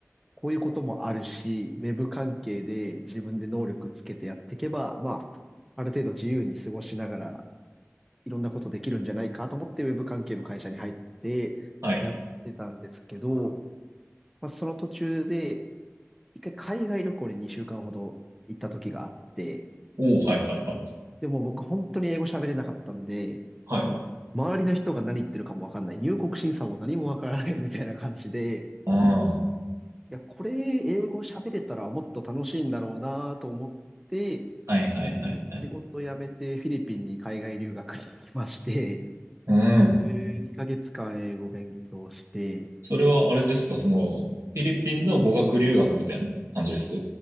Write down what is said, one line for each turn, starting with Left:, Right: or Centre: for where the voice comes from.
Centre: こういうこともあるし、ウェブ関係で自分で能力つけてやっていけば、まあ、ある程度自由に過ごしながら、いろんなことできるんじゃないかと思って、ウェブ関係の会社に入ってやってたんですけど、
Right: はい。
Centre: まあ、その途中で、一回海外旅行に2週間ほど行った時があって、
Right: おお、はいはいはい。
Centre: でも僕本当に英語喋れなかったんで、
Right: はい。
Centre: もう周りの人が何言ってるかもわかんない、入国審査も何もわからないみたいな感じで、
Right: ああ、は
Centre: いや、これ英語喋れたらもっと楽しいんだろうなと思って、
Right: いはいはいはい。
Centre: 仕事辞めてフィリピンに海外留学に行きまして、
Right: うん。
Centre: で2ヶ月間英語勉強して、
Right: それはあれですか、その、フィリピンの語学留学みたいな感じです